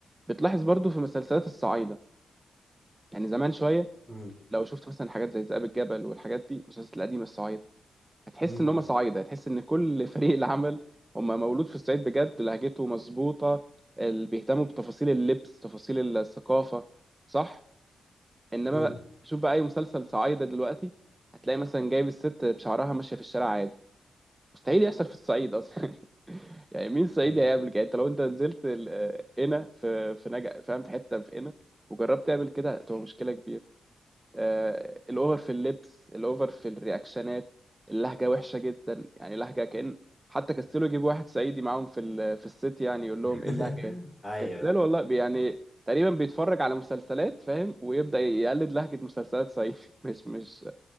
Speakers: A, on the right; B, in the centre.
A: بتلاحظ برضو في مسلسلات الصعايدة يعني زمان شوية
B: امم
A: لو شفت مثلا حاجات زي ذئاب الجبل والحاجات دي المسلسلات القديمة الصعايدة هتحس
B: امم
A: إن هما صعايدة هتحس إن كل <laughs> فريق العمل هما مولود في الصعيد بجد لهجته مظبوطة اللي بيهتموا بتفاصيل اللبس تفاصيل الثقافة صح؟ انما
B: امم
A: بقى شوف بقى اي مسلسل صعايده دلوقتي هتلاقي مثلا جايب الست بشعرها ماشيه في الشارع عادي مستحيل يحصل في الصعيد اصلا <laughs> يعني مين صعيدي
B: امم
A: هيقابلك يعني انت لو انت نزلت ال- هنا في في نجا فاهم في حته في هنا وجربت تعمل كده هتبقى مشكله كبيره آه، الاوفر في اللبس الاوفر في الرياكشنات اللهجه وحشه جدا يعني لهجه كأن حتى كسلوا يجيبوا واحد صعيدي معاهم في ال- في الست يعني يقول
B: <laughs>
A: لهم ايه اللهجه دي
B: ايوه
A: كسلوا والله بي- يعني تقريبا بيتفرج على مسلسلات فاهم ويبدأ يقلد لهجه مسلسلات صعيدي <laughs> مش مش